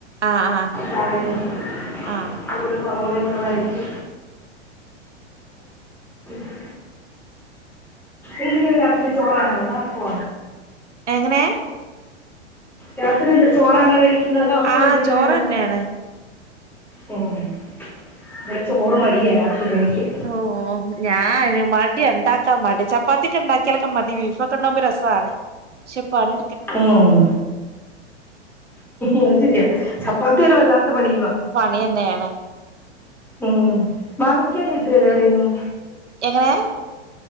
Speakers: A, on the right; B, in the centre.
A: ആഹ് ആഹ്
B: <inaudible>
A: ആഹ്
B: സവാളക്കെ വഴറ്റി <inaudible> എല്ല രാത്രി ചോറാണ പോ
A: എങ്ങനെ
B: രാത്രി എന്താ ചോറാണോ കഴിക്കുന്നത് അപ്പൊ
A: ആഹ്
B: എന്തേങ്കിലും
A: ചോറ്ന്നെയാണ്
B: വേണോന്ന് നമ്മടെ ചോറ് മടിയാനാക്കിതനിക്ക്
A: ഓ ഞാാന് മടി ഉണ്ടാക്കാ മടി ചപ്പാത്തിയ ഒക്കെ ഉണ്ടാക്കിയാലൊക്കെ മതി ബീഫൊക്കെ ഉണ്ടാകുമ്പോ രസാണ് ശെ പണ്
B: ഉം അത് ശരിയാചപ്പാത്തിയൊരുവല്ലാത്ത പണിയുവ
A: പണിയെന്നെയേണ്
B: ഉം വാങ്ങിക്കാൻ കിട്ടൂലെ എവിടെന്നും
A: എങ്ങനെ